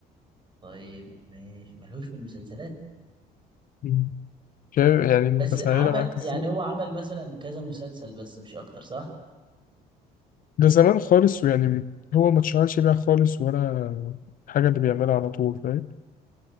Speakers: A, on the right (about 30°); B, on the left (about 55°).
A: طيب ماشي ملهوش في المسلسلات
B: مم. شايف يعني بسهلها
A: بس عمل
B: معاك ازاي
A: يعني هو عمل مثلا كذا مسلسل بس مش اكتر صح
B: ده زمان خالص ويعني هو ما اتشهرش بيها خالص ولا حاجة اللي بيعملها على طول فاهم